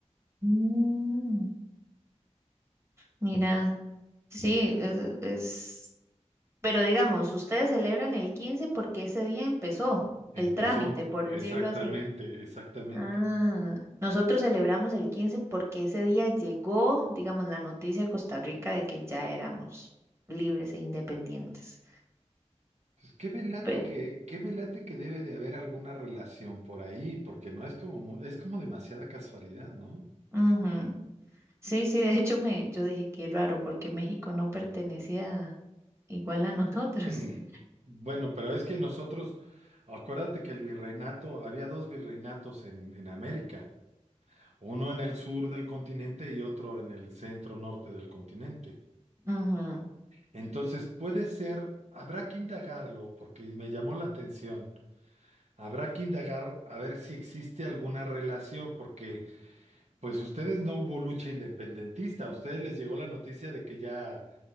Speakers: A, on the right; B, on the right.
A: Mm, mira, sí, es, es- pero digamos, ustedes celebran el 15 porque ese día empezó
B: Empezó,
A: el trámite, por
B: exactamente,
A: decirlo así.
B: exactamente.
A: Ah, nosotros celebramos el 15 porque ese día llegó, digamos, la noticia a Costa Rica de que ya éramos libres e independientes.
B: Pues qué me late
A: Pero,
B: que, qué me late que debe de haber alguna relación por ahí, porque no es como, mu- es como demasiada casualidad, ¿no?
A: ujú. Sí, sí, de hecho me, yo dije qué raro porque México no pertenecía igual a nosotros.
B: <clears throat>
A: <laughs>
B: Bueno, pero es que nosotros, acuérdate que el virreinato, había dos virreinatos en, en América, uno en el sur del continente y otro en el centro norte del continente.
A: Ujú.
B: Entonces puede ser, habrá que indagarlo, porque me llamó la atención, habrá que indagar a ver si existe alguna relación, porque Pues ustedes no hubo lucha independentista, a ustedes les llegó la noticia de que ya,